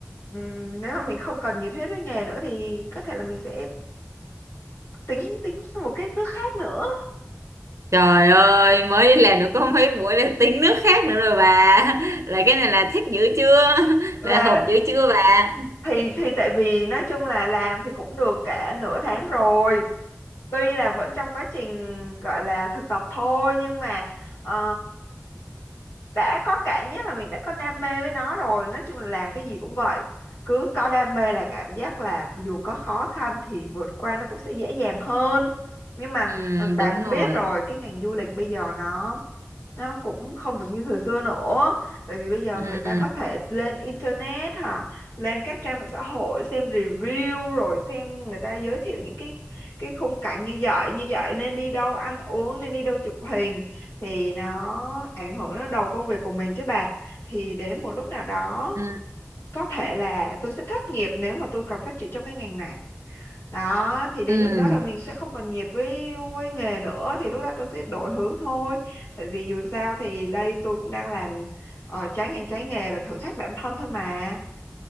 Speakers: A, on the left; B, on the right.
A: ừm, nếu mà mình không còn nhiệt huyết với nghề nữa thì có thể là mình sẽ tính tính một cái nước khác nữa
B: Trời ơi, mới làm được có mấy buổi là tính nước khác nữa rồi bà. <laughs> Là cái này là thích dữ chưa? <laughs>
A: là
B: Là hợp dữ chưa bà?
A: thì thì tại vì nói chung là làm thì cũng được cả nửa tháng rồi tuy là vẫn trong quá trình gọi là thực tập thôi nhưng mà ờ, đã có cảm giác là mình đã có đam mê với nó rồi nói chung là làm cái gì cũng vậy cứ có đam mê là cảm giác là dù có khó khăn thì vượt qua nó cũng sẽ dễ dàng hơn nhưng mà
B: Ừ,
A: ừ, bà
B: đúng
A: cũng
B: rồi.
A: biết rồi cái ngành du lịch bây giờ nó nó cũng không được như thời xưa nữa tại vì bây giờ
B: Ừ.
A: người ta có thể lên internet hả lên các trang mạng xã hội xem review rồi xem người ta giới thiệu những cái cái khung cảnh như vậy như vậy nên đi đâu ăn uống nên đi đâu chụp hình thì nó ảnh hưởng đến đầu công việc của mình chứ bà thì đến một lúc nào đó
B: Ừ,
A: có thể là tôi sẽ thất nghiệp nếu mà tôi cần phát triển trong cái ngành này đó thì đến
B: ừ,
A: lúc đó là mình sẽ không còn nhiệt với với nghề nữa thì lúc đó tôi sẽ đổi hướng thôi tại vì dù sao thì đây tôi cũng đang làm ờ, trái ngành trái nghề là thử thách bản thân thôi mà